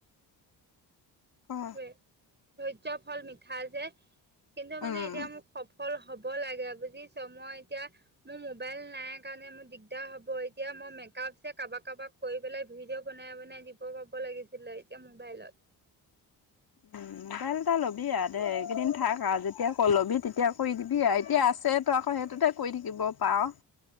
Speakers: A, on the left; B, on the right.
A: অ
B: সেইটোয়ে ধৈৰ্যৰ ফল মিঠা যে কিন্তু মানে
A: উম
B: এতিয়া মোক সফল হ'ব লাগে বুজিছ মই এতিয়া মো মোবাইল নাই কাৰণে মোৰ দিগদাৰ হ'ব <unintelligible> কৈ পেলাই ভিডিঅ' বনাই বনাই দিব পাব লাগিছিলে এতিয়া মোবাইলত <unintelligible>
A: উম মোবাইল এটা ল'বি আ দে এইকেইদিন থাক আ যেতিয়া ক ল'বি তেতিয়া কৰি দিবি আ এতিয়া আছে ত আকৌ সেইটোতে কই থাকিব পাৱ